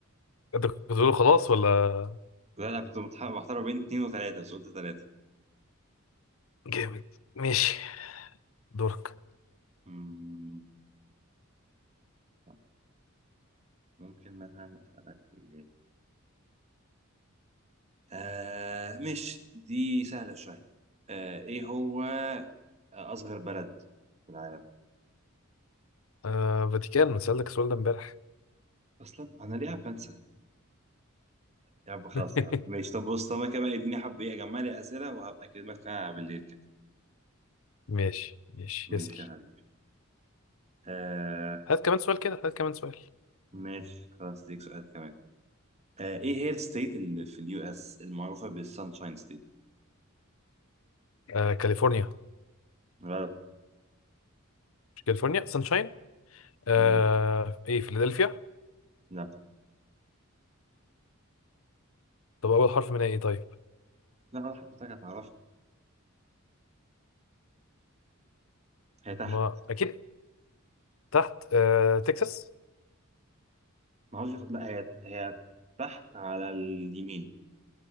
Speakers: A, on the left; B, on the right.
A: انت كنت بتقول خلاص ولا
B: لا انا كنت متح- محتار بين اتنين وثلاثة بس قلت ثلاثة
A: جامد ماشي دورك
B: امم طب ممكن مثلا اسألك ايه آه مش دي سهلة شوية آه ايه هو اصغر بلد في العالم
A: آه فاتيكان انا سألتك السؤال ده امبارح
B: اصلا انا ليه عم بنسى يا عم خلاص
A: <laughs>
B: يا عم ماشي طب بص طب انا كمان اديني حبة ايه اجمع لي اسئلة وهبقى اكلمك تاني بالليل كده
A: ماشي ماشي
B: ماشي
A: اسأل
B: يا حبيبي آه
A: هات كمان سؤال كده هات كمان سؤال
B: ماشي خلاص ديك سؤال كمان آه ايه هي الستيت اللي في اليو اس المعروفة بالسانشاين ستيت؟
A: آه كاليفورنيا
B: غلط
A: مش كاليفورنيا سانشاين آه
B: مم.
A: ايه فيلادلفيا
B: لا
A: طب اول حرف منها ايه طيب
B: لا ولا حضرتك هتعرفها هي تحت
A: ما اكيد تحت آه، تكساس
B: ما هوش لا هي هي تحت على اليمين